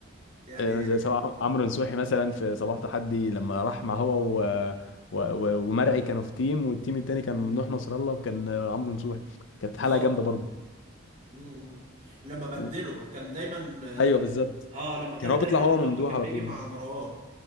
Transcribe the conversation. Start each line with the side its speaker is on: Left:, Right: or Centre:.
Right: يعني
Left: آه، زي سواء عمرو نصوحي مثلا في صباح تحدي لما راح مع هو و... و... و... ومرعي كانوا في تيم والتيم التاني كان ممدوح نصر الله وكان آه، عمرو نصوحي كانت حلقه
Right: اه
Left: جامده برضه
Right: م- م. لما بدله
Left: و...
Right: كان دايما
Left: ايوه بالظبط
Right: اه لما كان
Left: كان هو
Right: دايما
Left: بيطلع هو
Right: الدق
Left: ممدوح
Right: كان
Left: على
Right: بيجي
Left: طول
Right: مع مروان